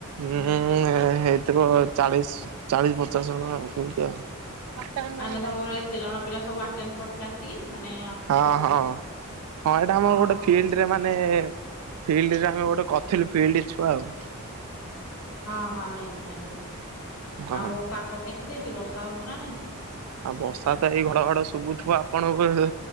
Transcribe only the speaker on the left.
ମିଶିକି
ମାନେ
ତମର ଏତେ ଜଣ ପିଲା ସବୁ ଆଟେନ୍ କରିଥିଲେ ଆସିକି? ମାନେ ଆ-କରିଥିଲେ?
ଓହୋ
ହଁ ହଁ ଜାଣିିଲି ଜାଣିିଲି
ଆଉ ପାଗ କେମିତି ଦେଇଛି ବର୍ଷା ହଉଛି ନାଁ ନାହିଁ?